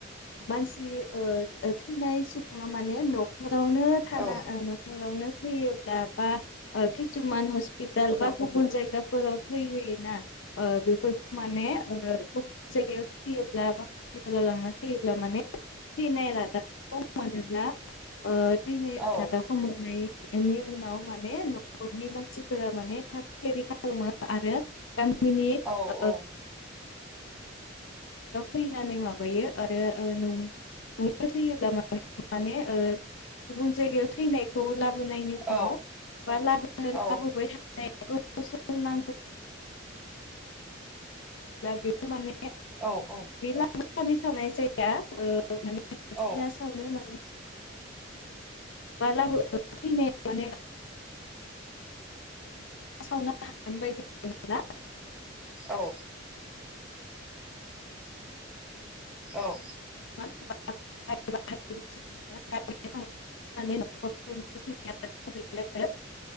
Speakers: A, on the left; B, in the centre.
A: मानसि ओ ओ थैनाय सुबुङा माने नख रावनो थाना
B: औ
A: नखरावनो थैयोब्ला बा ओ किसुमान हस्पिटाल बा गुबुन जाय दाबराव थै होयो ना ओ बेफोरखौ माने गुबुन जायगायाव थैयोब्ला बा हपिटालाव लांनानै थैयोब्ला माने थैनाय रादाब खौ मोनोब्ला ओ थैनाय
B: औ
A: रादाबखौ मोननाय बेनि उनाव माने नखरनि मानसिफोरा माने थाग थियारि खालामो आरो गा मिनि
B: औ
A: ओ
B: औ
A: फैनानै माबायो आरो ओ ननो थैयोब्ला माने ओ गुबुन जायगायाव थैनायखौ ला बोनायनि उनाव
B: औ
A: बा लाबानो
B: औ
A: लाबोबाय था <inaudible> दा बेखौ मान
B: औ औ
A: बिला सानै सानाय जाया ओ ना
B: औ
A: सावनो मान ह लाबो <unintelligible> ने मान सावनो हागोन बायदि आरो ना?
B: औ औ
A: <inaudible> <inaudible> <inaudible> <inaudible>